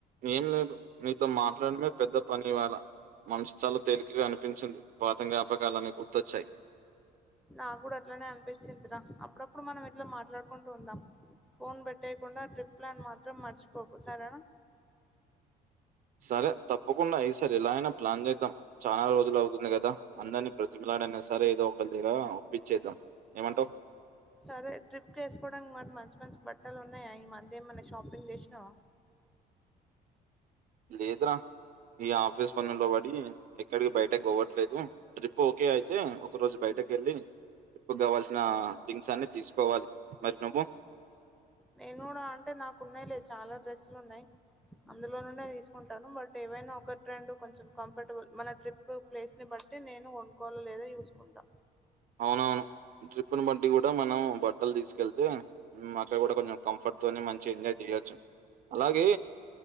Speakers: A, on the right (about 55°); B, in the centre.
A: ఏం లేదు నీతో మాట్లాడమే పెద్ద పని ఇవాళ మనస్సు చాలా తేలికగా అనిపించింది పాత జ్ఞాపకాలన్ని గుర్తొచ్చాయి
B: నా కూడా అట్లనే అనిపించింది రా అప్పుడప్పుడు మనం ఇట్లా మాట్లాడుకుంటూ ఉందాం ఫోన్ పెట్టేయకుండా ట్రిప్ ప్లాన్ మాత్రం మర్చిపోకు సరేనా
A: సరే తప్పకుండా ఈసారి ఎలా అయినా ప్లాన్ చేద్దాం చాలా రోజులు అవుతుంది కదా అందరిని బ్రతిమలాడైనా సరే ఏదో ఒకళ దగ్గర ఒప్పించేద్దాం ఏమంటావు
B: సరే ట్రిప్కి వేసుకోవడానికి మరి మంచి మంచి బట్టలు ఉన్నాయా ఈ మధ్య ఏమన్నా షాపింగ్ చేసినావు
A: లేదరా ఈ ఆఫీస్ పనుల్లో పడి ఎక్కడికి బయటకి పోవట్లేదు ట్రిప్ ఓకే అయితే ఒక రోజు బయటకి వెళ్ళి ట్రిప్కి కావాల్సిన థింగ్స్ అన్ని తీసుకోవాలి మరి నువ్వు
B: నేను అంటే నాకు ఉన్నాయి లే చాలా డ్రెస్లు ఉన్నాయి అందులో నుండి తీసుకుంటాను బట్ ఏవైనా ఒకకి రెండు కొంచెం కంఫర్టబుల్ మన ట్రిప్ ప్లేస్ని బట్టి నేను కొనుకోవాలా లేదా చూసుకుంటా
A: అవునవును ట్రిప్పుని బట్టి కూడా మనం బట్టలు తీసుకెళ్తే ఉమ్ అక్కడ కూడా కొంచం కంఫర్ట్ తోని మంచిగా ఎంజాయ్ చేయచ్చు అలాగే